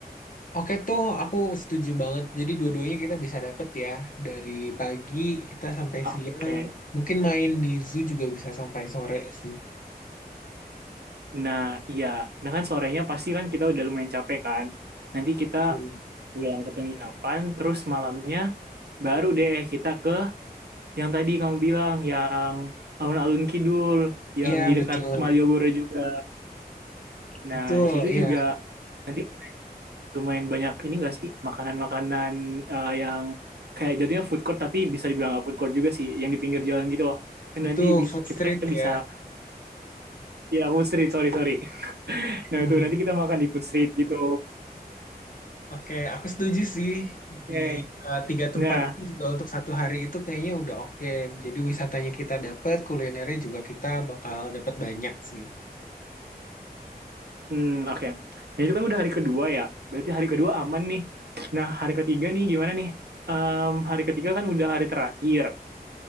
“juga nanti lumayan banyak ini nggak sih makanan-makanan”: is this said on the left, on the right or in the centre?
Right